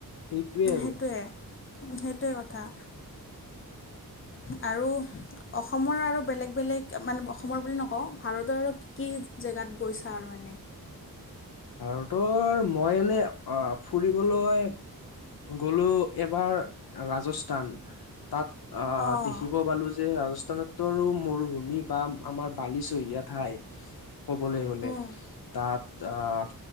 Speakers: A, on the left; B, on the left.
A: সেইটোৱে
B: সেইটোৱে
A: আৰু
B: সেইটোৱে কথা।
A: <inaudible>
B: আৰু- অসমৰ আৰু বেলেগ বেলেগ মানে অসমৰ বুলি নকওঁ ভাৰতৰ আৰু কি কি জেগাত গৈছা আৰু এনেই?
A: আৰু ত' মই এনেই অ ফুৰিবলৈ - গ'লো এবাৰ ৰাজস্থান। তা'ত
B: অঁ
A: দেখিব পালো যে ৰাজস্থানত - মৰুভূমি বা আমাৰ বালিচহীয়া ঠাই - ক'বলৈ গ'লে।
B: উম
A: তা'ত আ -